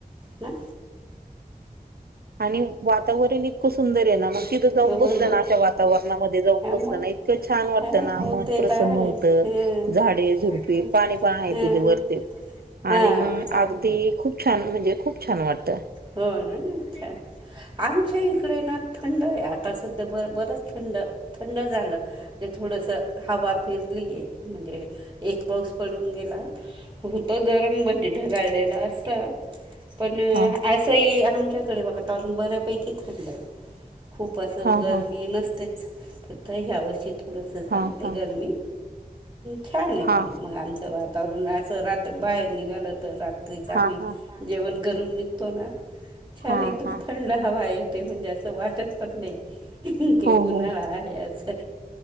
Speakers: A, on the right; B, on the right.
A: ह
B: आणि वातावरण इतकं सुंदर आहे ना मग तिथं
A: आहे
B: जाऊन बसलं
A: हो
B: ना अशा वातावरणामध्ये जाऊन बसलं
A: मग
B: ना इतकं छान वाटतं
A: हां
B: ना
A: मग
B: मन
A: ते
B: प्रसन्न
A: तर आहेच
B: होतं
A: हां
B: झाडे झुडपी
A: तेच
B: पाणी पा आहे
A: हां
B: तिथे वरते
A: हां
B: आणि मग
A: चालेल
B: अगदी खूप खूप छान! म्हणजे खूप छान वाटत.
A: हो ना, आमच्या इकडे ना थंड आहे आ आता सध्या बरं बरचं थंड -थंड झालं, म्हणजे थोडस हवा फिरलीय म्हण म्हणजे एक पाउस पडून गेला, होत गरम म्हणजे ढगाळलेलं असत. पण
B: हा
A: असंही आमच्याकडे वातावरण बऱ्यापैकी थंड खूप असं
B: हा
A: गरमी
B: हा
A: नसतेच <unintelligible> ह्या वर्षी थोडंस झालं
B: हा
A: ते
B: हा
A: गरमी छान!
B: हा
A: आहे पण मग आमचं वातावरण अस रात बाहेर निघालं तर, रात्रीच आम्ही
B: हा हा
A: जेवण करून निघतो ना. छान!
B: हा
A: एकदम
B: हा
A: थंड हवा येते, म्हणजे असं वाटत पण नाही. की
B: हो
A: ऊन्हाळा
B: हो
A: आहे असं,